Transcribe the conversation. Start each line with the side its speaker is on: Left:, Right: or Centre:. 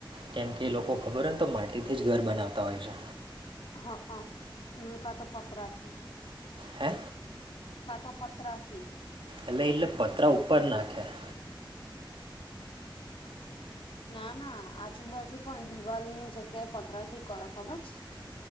Right: કેમ કે એ લોકો ખબર હોય ને તો માટીથી જ ઘર બનાવતા હોય છે.
Left: હા કા તો પતરાથી
Right: હે
Left: કા તો પત્રરાથી
Right: એલે એટલે પતરા ઉપર નાખ્યા
Left: ના ના આજુબાજુ પણ દિવાલ ની જગ્યાએ પતરા થી કર ખબર